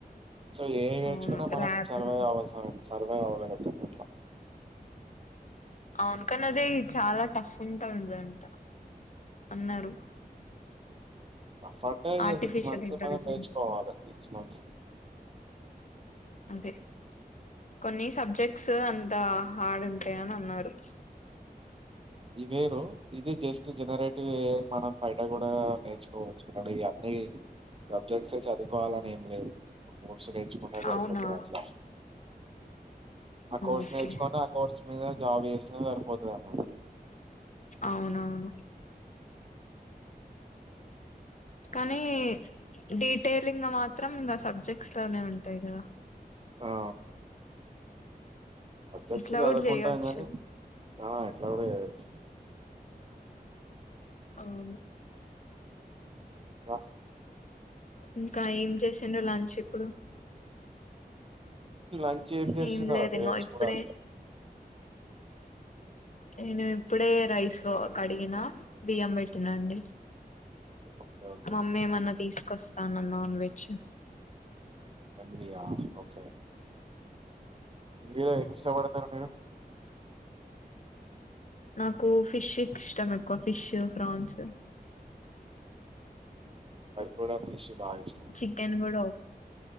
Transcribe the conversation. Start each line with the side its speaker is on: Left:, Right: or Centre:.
Right: సో ఏ నేర్చుకున్నా
Left: అవును
Right: మనం
Left: ర్యాపిడ్
Right: సర్వై్
Left: గా
Right: అవస సర్వై్ అవ్వగలుగుతాం అట్లా
Left: అవును కని అదే చాలా టఫ్ ఉంటాదంట అన్నారు
Right: ఫడ్ ఇగ
Left: ఆర్టిఫిషియల్
Right: సిక్స్ మంత్స్
Left: ఇంటెలిజెన్స్
Right: మనం నేర్చుకోవాలి
Left: ది.
Right: సిక్స్ మంత్స్
Left: అదే కొన్ని సబ్జెక్ట్స్ అంతా హార్డ్ ఉంటాయని అన్నారు
Right: ఇవి వేరు ఇది జస్ట్ జనరేటివ్ ఏఐ మనం ప ఇట్ట కూడా నేర్చుకోవచ్చు మ అన్ని సబ్జెక్ట్స్ చదువుకోవాలని ఏం లేదు మూడ్సు నేర్చుకున్నా సరిపోతుంది
Left: అవునా
Right: అట్లా ఆ కోర్స్
Left: ఓకే
Right: నేర్చుకుొని ఆ కోర్స్ మీద జాబ్ చేసిన సరిపోతది అన్నమ
Left: అవునవును కానీ డీటెయిలింగ మాత్రం ఇంక సబ్జెక్ట్స్ లోనే ఉంటాయి గ
Right: ఆ సబ్జెక్ట్స్
Left: ఇట్లా
Right: చదవుకుంటాం
Left: కూడా చేయొచ్చు
Right: కగాని ఆ ఎట్ల కూడా జేయోచ్య
Left: అవును
Right: ర
Left: ఇంక ఏం చేసెండ్రు లంచ్ ఇప్పుడు
Right: లంచ్ ఏం చేస్తున్నారుా
Left: నేను లేదు
Right: నేన
Left: ఇంగో
Right: చూడాలె
Left: ఇప్పుడే నేను ఇప్పుడే రైస్ కడిగినా బియ్యం పెట్టినా అండి
Right: ఓకే ఓకే
Left: మమ్మీ ఏమన్న తీసుకొస్తానన్ నాన్ వెజ్
Right: మమ్మయ ఓకే ఇందులో ఏమి ఇష్టపడతారుా మీరు
Left: నాకు ఫిష్ ఇష్టం ఎక్కువ ఫిష్ ప్రాన్స్
Right: అరి కూడ ఫిష్ బాగా ఇష్టం
Left: చికెన్ కూడ